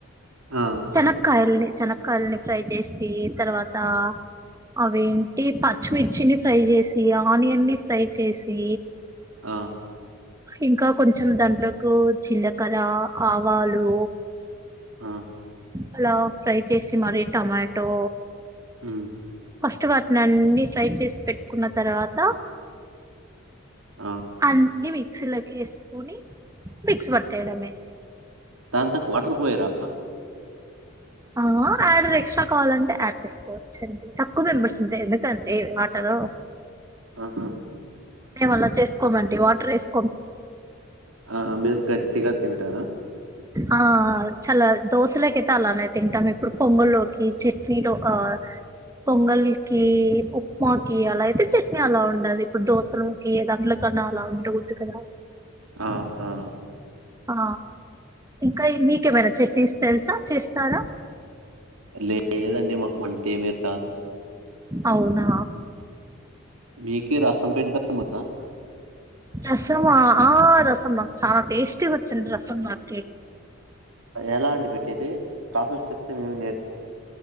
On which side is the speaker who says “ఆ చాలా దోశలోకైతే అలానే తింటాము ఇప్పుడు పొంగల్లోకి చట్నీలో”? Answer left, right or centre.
Right